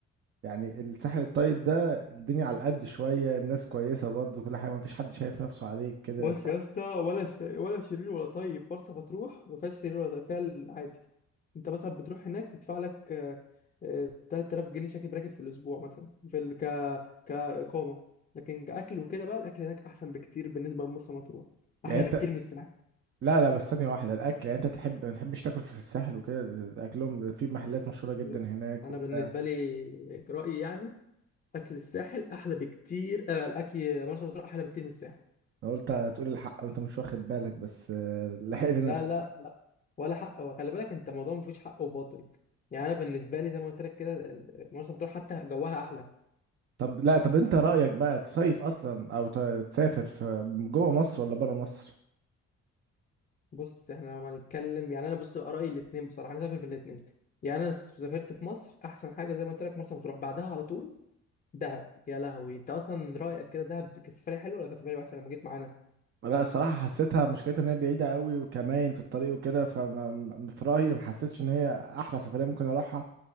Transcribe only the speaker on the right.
يعني الساحل الطيب ده الدنيا على قد شويه الناس كويسه برضو كل حاجه ما فيش حد شايف نفسه عليك كده
يعني
انت
لا لا بس ثانيه واحده الاكل يعني انت تحب ما تحبش تاكل في الساحل وكده ده- ده اكلهم ده في محلات مشهوره جدا
هناك
وبتاع.
انا قلت هتقول الحق وانت مش واخد بالك بس <laughs> آه، لحقت نفسي
طب لا طب انت رأيك بقى تصيف اصلا او ت- تسافر في جوه مصر ولا بره مصر
لا صراحة حسيتها مشكلتها ان هي بعيدة قوي وكمان في الطريق وكده فما في رأيي ما حسيتش ان هي احلى سفرية ممكن اروحها